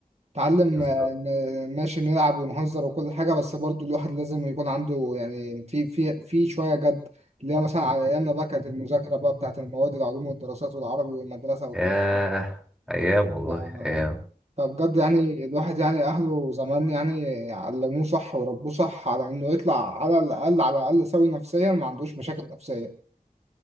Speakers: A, on the right (about 45°); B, in the centre.
A: اتعلم
B: بالظبط
A: آه، ن- ماشي نلعب ونهزر وكل حاجة بس برضو الواحد لازم يكون عنده يعني في في في شوية جد اللي هي مثلا على أيامنا بقى كانت المذاكرة بقى بتاعت المواد العلوم والدراسات والعربي والمدرسة والكلام
B: ياه
A: ده
B: أيام والله
A: ف...
B: أيام
A: فبجد يعني الواحد يعني أهله زمان يعني علموه صح وربوه صح على إنه يطلع على الأقل على الأقل سوي نفسيا ما عندوش مشاكل نفسية